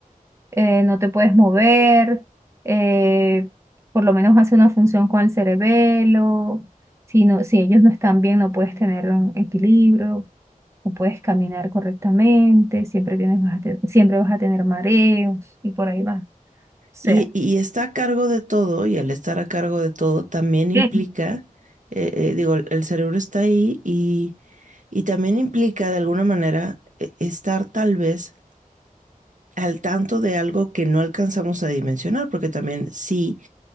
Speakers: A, on the right; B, on the right.
A: eh, no te puedes mover, eh, por lo menos hace una función con el cerebelo, si, no- si ellos no están bien no puedes tener un equilibrio. no puedes caminar correctamente, siempre tienes, vas a te- siempre vas a tener mareos y por ahí va. O sea,
B: y, y está a cargo de todo, y al estar a cargo de todo también implica,
A: ¿Qué?
B: eh, eh, digo, el el cerebro está ahí y, y también implica de alguna manera eh, estar tal vez al tanto de algo que no alcanzamos a dimensionar, porque también sí,